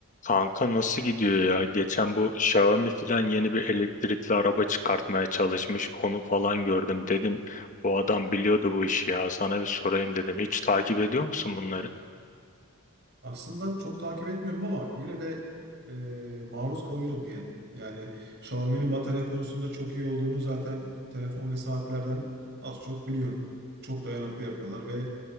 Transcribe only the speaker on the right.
Aslında çok takip etmiyorum ama yine de e, maruz kalıyorum diyelim. Yani Xiaomi'nin batarya konusunda çok iyi olduğunu zaten telefon ve saatlerden az çok biliyorum. Çok dayanıklı yapıyorlar ve